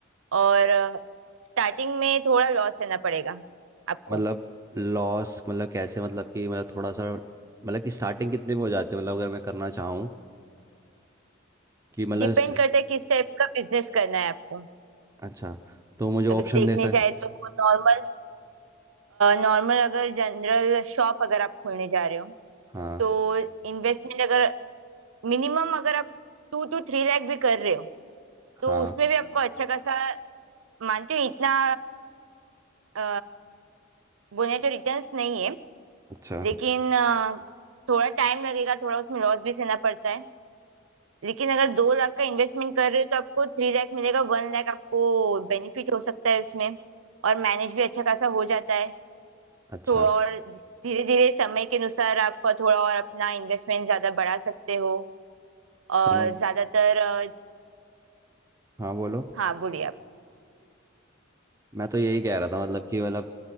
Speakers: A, on the right (about 85°); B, on the right (about 15°).
A: और स्टार्टिंग में थोड़ा लॉस रहना पड़ेगा आपको
B: मतलब लॉस मतलब कैसे मतलब कि मतलब थोड़ा सा मतलब कि स्टार्टिंग कितने में हो जाते हैं मतलब अगर मैं करना चाहूँ कि मतलब
A: डिपेंड
B: स-
A: करता है किस टाइप का बिजनेस करना है आपको
B: अच्छा तो मुझे
A: अगर
B: ऑप्शन
A: देखने
B: दे सक
A: जाए तो नॉर्मल नॉर्मल अगर जनरल शॉप अगर आप खोलने जा रहे हो
B: हाँ
A: तो इन्वेस्टमेंट अगर मिनिमम अगर आप टू टू थ्री लाख भी कर रहे हो तो
B: हाँ
A: उसमें भी आपको अच्छा खासा मानती हूँ इतना अ, बोले तो रिटर्न्स नहीं है
B: अच्छा
A: लेकिन अ, थोड़ा टाइम लगेगा थोड़ा उसमें लॉस भी सहना पड़ता है लेकिन अगर दो लाख का इन्वेस्टमेंट कर रहे हो तो आपको थ्री लाख मिलेगा वन लाख आपको बेनिफिट हो सकता है उसमें और मैनेज भी अच्छा खासा हो जाता है
B: अच्छा
A: थोड़ा और धीरे धीरे समय के अनुसार आप थोड़ा और अपना इन्वेस्टमेंट ज्यादा बढ़ा सकते हो और
B: समझ
A: ज्यादातर अ,
B: हाँ बोलो
A: हाँ बोलिए आप
B: मैं तो यही कह रहा था मतलब कि मतलब